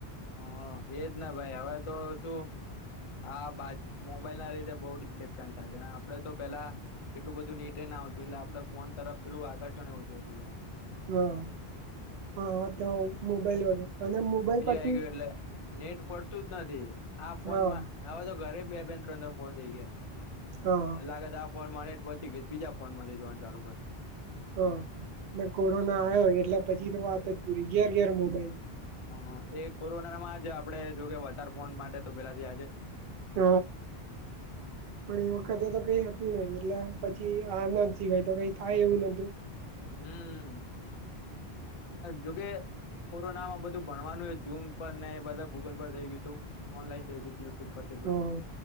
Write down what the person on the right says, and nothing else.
હા હા તો મોબાઈલ વગેરે અને મોબાઈલ પર
હા
હા
હા કોરોના આવ્યો એટલે પછી તો વાત જ પૂરી ઘેર ઘેર મોબાઈલ.
હ પણ એ વખતે તો કઈ હતું નહિ એટલે પછી આ ના જીવાય તો કઈ થાય એવું નોતું.
હા